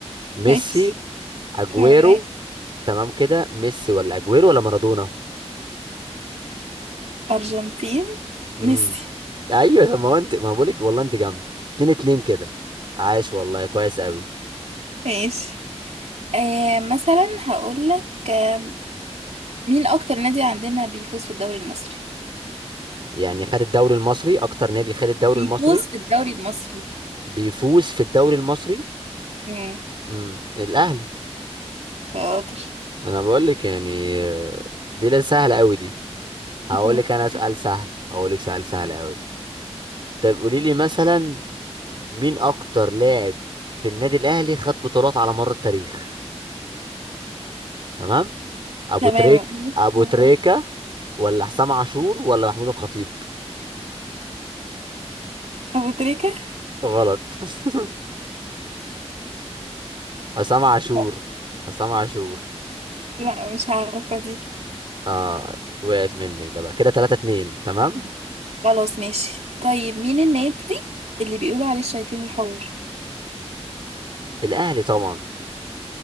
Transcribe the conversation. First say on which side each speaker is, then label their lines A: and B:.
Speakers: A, on the right; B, on the right.
A: ميسي
B: ماشي
A: اجويرو
B: تمام
A: تمام كده ميسي ولا اجويرو ولا مارادونا
B: ارجنتين
A: امم
B: ميسي
A: ايوه طب ما هو انت ما بقول لك والله انت جامد اتنين اتنين كده عاش والله كويس قوي
B: ماشي آه مثلا هقول لك آه مين اكتر نادي عندنا بيفوز في الدوري المصري
A: يعني خد الدوري المصري اكتر نادي خد الدوري
B: بيفوز
A: المصري
B: في الدوري المصري
A: بيفوز في الدوري المصري
B: امم
A: امم الاهلي
B: شاطر
A: انا بقول لك يعني آه، دي لا سهله قوي دي هقول
B: خلاص
A: لك انا سؤال سهل هقول لك سؤال سهل قوي طب قولي لي مثلا مين اكتر لاعب في النادي الاهلي خد بطولات على مر التاريخ تمام ابو
B: تمام
A: تريك ابو
B: آه،
A: تريكه ولا حسام عاشور ولا محمود الخطيب
B: ابو تريكه
A: غلط <laughs> حسام عاشور
B: <laughs>
A: حسام عاشور
B: لا مش عارفة دي
A: اه وقعت منك ده بقى كده 3 2 تمام
B: مم. خلاص ماشي طيب مين النادي اللي بيقولوا عليه الشياطين الحمر
A: الاهلي طبعا